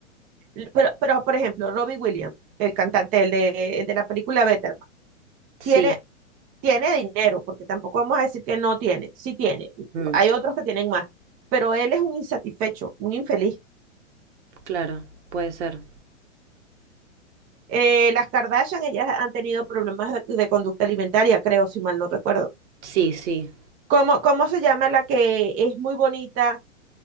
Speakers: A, on the right; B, on the right.
A: l- pero, pero por ejemplo, Robbie Williams, el cantante, el de, el de la película Betterman,
B: Sí,
A: tiene, tiene dinero, porque tampoco vamos a decir que no tiene, sí tiene.
B: mm,
A: Hay otros que tienen más, pero él es un insatisfecho, un infeliz
B: claro, puede ser.
A: Eh, las Kardashian, ellas han tenido problemas de, de conducta alimentaria, creo, si mal no recuerdo.
B: Sí, sí.
A: ¿Cómo, cómo se llama la que es muy bonita,